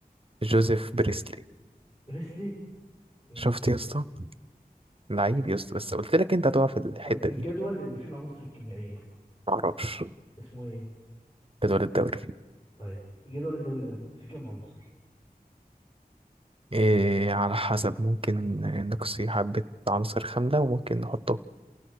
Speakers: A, on the right; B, on the left.
A: جوزيف بريسلي
B: بريسلي امم
A: شفت يا اسطى لعيب يا اسطى بس قلت لك انت هتقع في الحتة
B: طب الجدول
A: دي
B: اللي فيه العناصر الكيميائية
A: معرفش
B: اسمه ايه
A: جدول الدوري
B: طيب جدول الدوري ده فيه كام عنصر
A: إيه على حسب ممكن نقصي حبة عناصر خاملة وممكن نحطه